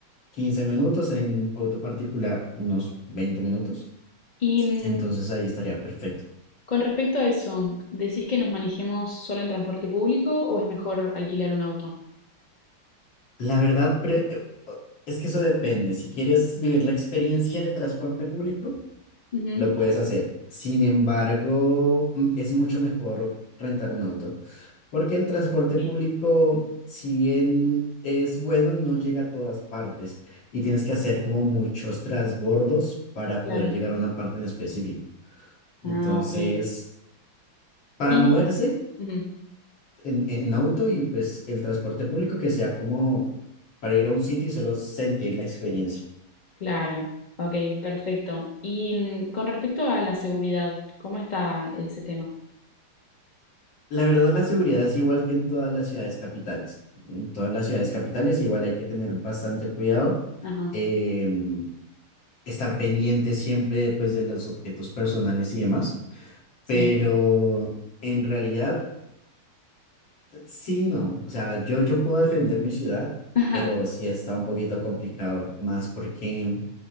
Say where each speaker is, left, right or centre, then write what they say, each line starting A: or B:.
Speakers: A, on the left; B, on the left.
A: 15 minutos, en auto particular unos 20 minutos,
B: Y mm,
A: entonces ahí estaría perfecto.
B: con respecto a eso, ¿decís que nos manejemos solo en transporte público o es mejor alquilar un auto?
A: La verdad, pre- es que eso depende. Si quieres vivir la experiencia del transporte público,
B: Ujú,
A: lo puedes hacer. Sin embargo, mm, es mucho mejor rentar un auto, porque el transporte
B: Ok,
A: público, si bien es bueno, no llega a todas partes y tienes que hacer como muchos transbordos para
B: claro.
A: poder llegar a una parte en específico. Entonces,
B: Ah, ok.
A: para
B: Y,
A: moverse
B: ujú,
A: en, en auto y pues el transporte público que sea como para ir a un sitio y solo sentir la experiencia.
B: claro, ok, perfecto. Y mm, con respecto a la seguridad, ¿cómo está ese tema?
A: La verdad, la seguridad es igual que en todas las ciudades capitales. En todas las ciudades capitales igual hay que tener bastante cuidado,
B: Ajá,
A: em, estar pendiente siempre pues de los objetos personales y demás,
B: sí.
A: pero en realidad sí, no. O sea, yo, yo puedo defender mi ciudad,
B: <laughs>
A: pero sí está un poquito complicado, más porque